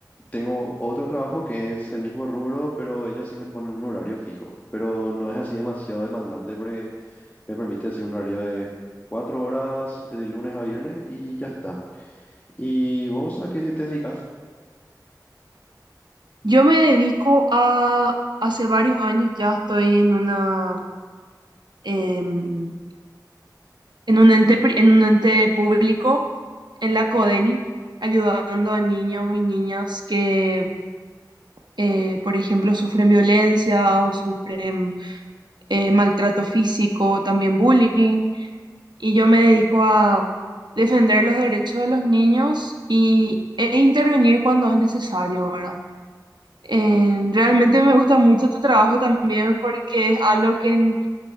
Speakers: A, on the left (about 20°); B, on the right (about 85°).
A: tengo otro trabajo que es el mismo rubro, pero ellos sí me ponen un horario fijo. Pero no es así demasiado demandante porque me permite decir un horario de cuatro horas eh, de lunes a viernes y ya está. ¿Y vos a qué te dedicas?
B: Yo me dedico a, hace varios años ya estoy en una, em, en un ente, pri- en un ente público, en la CODENI, ayudando a niños y niñas que, eh, por ejemplo, sufren violencia o sufren eh, maltrato físico, también bullying. Y yo me dedico a defender los derechos de los niños y, e intervenir cuando es necesario, ¿verdad? Eh, realmente me gusta mucho tu trabajo también porque es algo que, en-